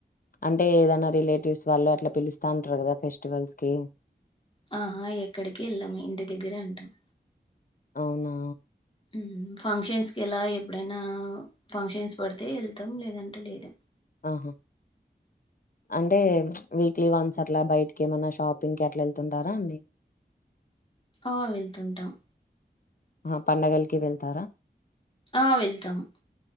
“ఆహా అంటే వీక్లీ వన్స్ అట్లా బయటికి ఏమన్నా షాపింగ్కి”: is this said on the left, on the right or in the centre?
Left